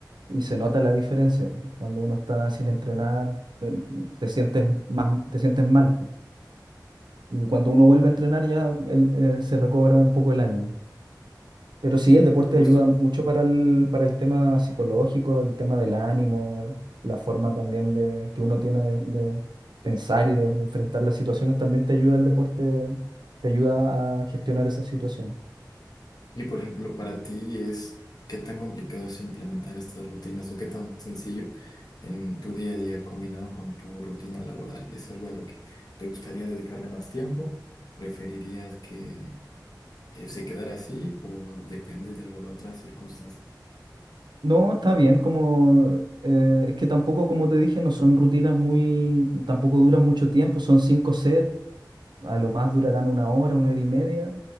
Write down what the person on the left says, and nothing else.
justo.
Y por ejemplo, para ti es qué tan complicado es implementar estas rutinas o qué tan sencillo en tu día a día combinado con tu rutina laboral. ¿Es algo a lo que te gustaría dedicarle más tiempo? ¿Preferirías que eh, se quedara así o depende de alguna otra circunstancia?